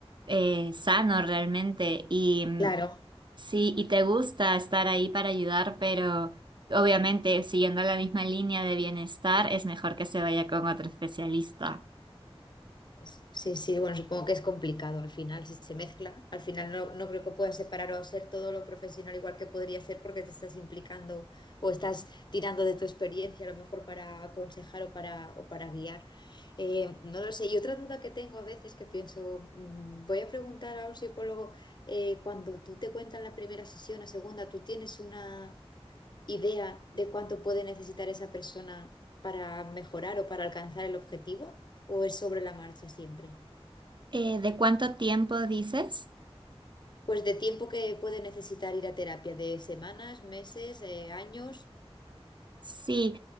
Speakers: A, on the right (about 50°); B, on the left (about 45°).
A: eh, sano realmente y mm,
B: Claro.
A: sí, y te gusta estar ahí para ayudar, pero obviamente siguiendo la misma línea de bienestar es mejor que se vaya con otro especialista.
B: Es- Sí, sí, bueno, supongo que es complicado al final, si se mezcla. Al final no, no creo que puedas separar o ser todo lo profesional igual que podría ser porque te estás implicando o estás tirando de tu experiencia a lo mejor para aconsejar o para, o para guiar. Eh, no lo sé. Y otra duda que tengo a veces que pienso, mm, voy a preguntar a un psicólogo, eh, cuando tú te cuentas la primera sesión o segunda, ¿tú tienes una idea de cuánto puede necesitar esa persona para mejorar o para alcanzar el objetivo? ¿O es sobre la marcha siempre?
A: Eh, ¿de cuánto tiempo dices?
B: Pues de tiempo que puede necesitar ir a terapia, de semanas, meses, eh, años.
A: Sí,